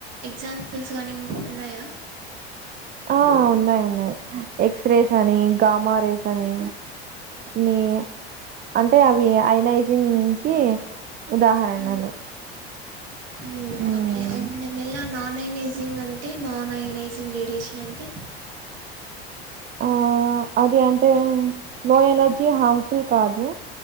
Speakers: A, on the right (about 50°); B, on the right (about 30°).
A: ఎగ్జాంపుల్స్ కానీ ఉన్నాయా
B: ఓ ఉన్నాయి ఉన్నాయి ఎక్స్ రేస్ అని గామ రేస్ అని ని అంటే అవి ఐనైజింగ్ కి ఉదాహరణలు
A: హ్మ్మ్ ఉమ్
B: మ్మ్
A: కే అంమె నాన్ఐంగ్ అం హే నాన్ అయనైజింగ్ రేడియేషన్ అంటే
B: ఆ అది అంటే లో ఎనర్జీ హర్మ్ఫుల్ కాదు